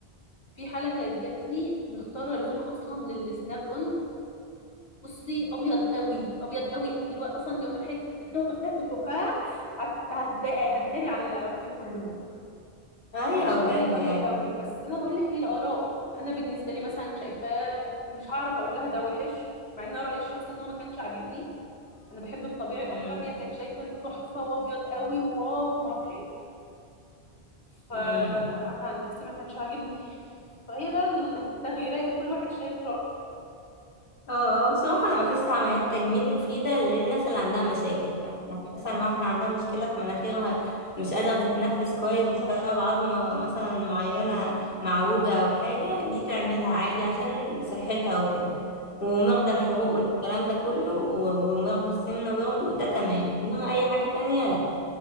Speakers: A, on the left; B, on the left.
A: في حاله كانت جات لي مختاره لون اصلا للسناب اون بصي ابيض قوي ابيض قوي اللي هو اصلا دي لو فتحت <laughs> لو فتحت بقها هت- هتضايق- هتداري على اللي واقفين كلهم
B: ايوه
A: وحش قوي
B: بجد
A: قوي
B: يعني
A: قوي بس انا بقول لك هي اراء انا بالنسبه لي مثلا شايفاه مش هعرف اقول لها ده وحش مع ان رايي الشخصي ان هو ما كانش عاجبني انا بحب الطبيعي
B: امم
A: اكتر هي كانت شايفه انه تحفه وابيض قوي وواو وما اعرفش ايه فانا
B: امم
A: عن نفسي ما كانش عاجبني فهي بقى التغييرات كل واحد شايف رايه
B: اه آه، بصراحه انا بحس عمليات تجميل مفيده للناس اللي عندها مشاكل فعلا يعني مثلا واحده عندها مشكله في مناخيرها مش قادره تتنفس كويس بسبب عظمه مثلا معينه معوجه او حاجه دي تعملها عادي عشان صحتها وكده ومرضى
A: امم
B: الحروق والكلام ده كله و- ومرضى السمنه ويرضوا ده تمام انما اي حاجه تانية لا